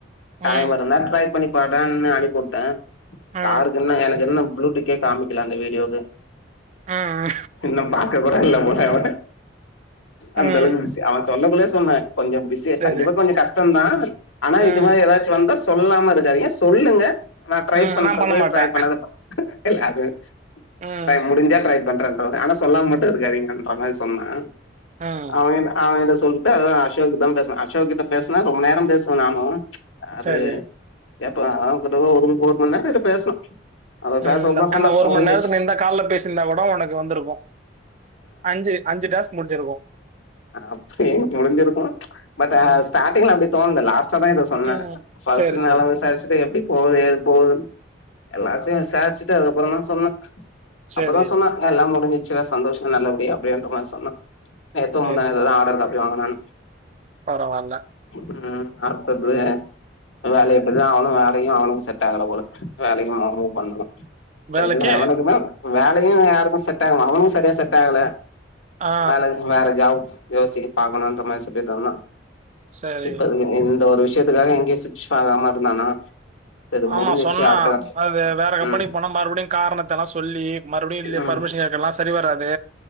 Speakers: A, on the right; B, on the left.
A: ம்
B: டைம் இருந்தா ட்ரை பண்ணி பாருடானு அனுப்பி உட்டே
A: ம்
B: சாருக்கு இன்னு எனக்கு என்ன ஃப்ளூட் கேக் காமிக்கல அந்த வீடியோக்கு
A: ம்
B: இன்னு பாக்க கூட இல்ல போல அவே
A: ம்
B: அந்த அளவுக்கு பிஸி அவ சொல்லக்குள்ளே சொன்னே கொஞ்சோ பிஸி
A: சரி
B: கண்டிப்பா கொஞ்சோ கஷ்டோந்தா ஆனா
A: ம்
B: இது மாரி எதாச்சி வந்தா சொல்லாம இருக்காதிங்க சொல்லுங்க நா ட்ரை
A: ம்
B: பண்றது
A: நான் பண்ண மாட்டேன்
B: ட்ரை பண்ணாது ப இல்ல அது
A: ம்
B: ட்ரை முடிஞ்சா ட்ரை பண்றன் ஆனா சொல்லாம மட்டு இருக்காதிங்கன்ற மாரி சொன்னா
A: ம்
B: அவங்கிட்ட அவங்கிட்ட சொல்ட்டு அதா அசோக்தா பேசுனா அசோக்கிட்ட பேசுனா ரொம்ப நேர பேசுவே நானு அது
A: சரி
B: ஏப்பா அவங்கிட்டலா ஒரு ஒரு மண் நேர கிட்ட பேசுனோ அவ
A: ம்
B: பேசறதா சொன்னா
A: அந்த ஒரு
B: முடிஞ்சிச்சு
A: மண் நேரத்துல இந்த கால்ல பேசிருந்தா கூட உனக்கு வந்துருக்கு அஞ்சு அஞ்சு டாஸ்க் முடிஞ்சிருக்கு
B: அப்பிடி முடிஞ்சிருக்கு பட்
A: ம்
B: ஸ்டார்டிங்ல அப்பிடி தோணல லாஸ்டாதா இத சொன்ன
A: ம்.
B: ஃபஸ்டு
A: சரி, சரி.
B: நல விசாரிச்சுட்டு எப்பிடி போகுது ஏது போகுதுன் எல்லாத்தையு விசாரிச்சிட்டு அதுக்கப்பறந்தா சொன்ன
A: சரி,
B: அப்பதா சொன்னா ஆ எல்லா முடிஞ்சிச்சுங்க சந்தோஷங்க நல்ல படியா அப்டின்ற மாறி சொன்னா நேத்து
A: சரி,
B: முந்தாநாள்தா
A: சரி.
B: ஆடர் காப்பி வாங்கனானா
A: பரவால்ல
B: உம் அடுத்தது வேல இப்டிதா அவுனு வேலக்கும் அவனுக்கும் செட் ஆகல போல வேலக்கு <unintelligible> மூவ் பண்ணணும்
A: வேலைக்கு?
B: எல்லா எவனுக்குமே வேலயு யாருக்கும் செட் ஆகல அவனுக்கும் சரியா செட் ஆகல
A: ஆ.
B: வேலன்சிங் வேற ஜாப் யோசிக் பாக்கணுன்ற மாறி சொல்லிட்ருந்தா
A: சரி.
B: இப்ப வரைக்கும் இந்த ஒரு விஷயத்துக்காக எங்கயு சுவிச் ஆகாம இருந்தானா சரி
A: ஆமா
B: முடிஞ்சிச்சு
A: சொன்னா
B: அடுத்த கட்ட
A: அது வேற கம்பெனிக்கு
B: ம்
A: போனா மறுபடியு காரணத்த எல்லா சொல்லி மறுபடியு இ
B: ம்
A: பர்மிஷன் கேக்கல்லா சரி வராது